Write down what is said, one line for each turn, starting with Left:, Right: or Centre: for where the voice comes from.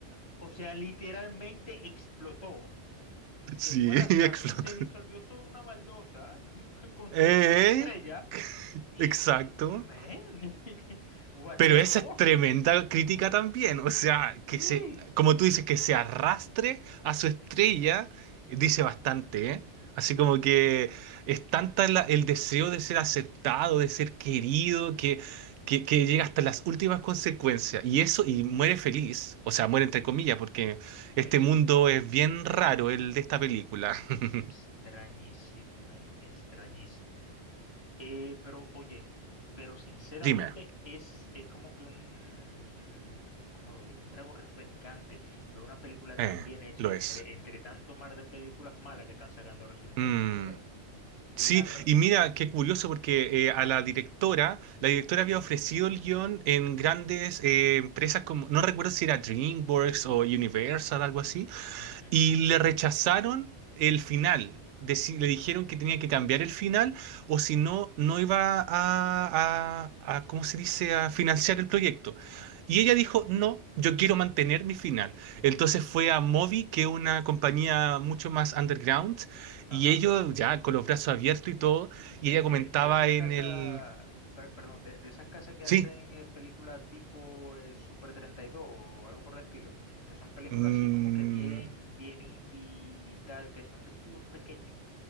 Left: O sea, literalmente explotó. se
Right: Sí,
Left: fue arrastrando,
Right: <laughs> explotó.
Left: se disolvió sobre una baldosa <laughs> con
Right: Eh,
Left: su, con su estrella y,
Right: exacto.
Left: y- men, <laughs> what
Right: Pero
Left: the
Right: esa
Left: fuck,
Right: es tremenda crítica también, o sea,
Left: sí,
Right: que se, como tú dices, que se arrastre a su
Left: Ujú,
Right: estrella,
Left: ujú,
Right: dice bastante, ¿eh? Así como que es tanta la- el deseo de ser aceptado, de ser querido,
Left: ujú.
Right: que, que, que llega hasta las últimas consecuencias. Y eso, y muere feliz, o sea, muere entre comillas, porque
Left: Sí,
Right: este mundo es bien raro, el de esta película. <laughs>
Left: es extrañísimo, men, extrañísimo. Eh, pero oye, pero sinceramente
Right: Dime,
Left: es, es como que un, un- un- ¿cómo lo digo? Un trago refrescante ver una película
Right: eh,
Left: tan bien hecha
Right: lo
Left: entre,
Right: es.
Left: entre tanto mar de películas malas que están sacando recientemente,
Right: Mm.
Left: ¿eh? que
Right: Sí,
Left: la,
Right: y mira, qué curioso porque eh, a
Left: Ajá,
Right: la directora, la directora había ofrecido el guión en grandes eh, empresas como, no recuerdo si era DreamWorks o Universal, algo así,
Left: ujú, ujú,
Right: y le rechazaron el final. Deci- le dijeron que tenía que cambiar el final o si no, no iba a, a, a, ¿cómo se dice?, a financiar el proyecto. Y ella dijo, no, yo quiero mantener mi final. Entonces fue a Mobi, que es una compañía mucho más underground,
Left: ajá.
Right: y ellos ya con los brazos abiertos y todo,
Left: De,
Right: y ella
Left: de,
Right: comentaba
Left: de esas
Right: en
Left: casas,
Right: el...
Left: per- perdón, de, de esas casas que
Right: Sí.
Left: hacen eh, películas tipo eh, Super 32 o algo por el estilo, que son películas
Right: mm,
Left: así como que bien, bien indie y tal, que son de estudios pequeños.